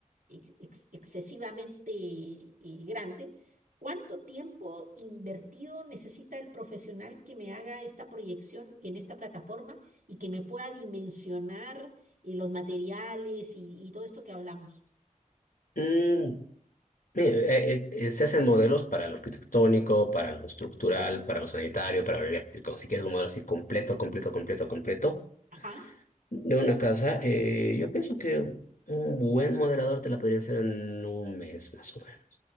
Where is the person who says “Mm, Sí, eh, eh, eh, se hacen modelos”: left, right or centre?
Left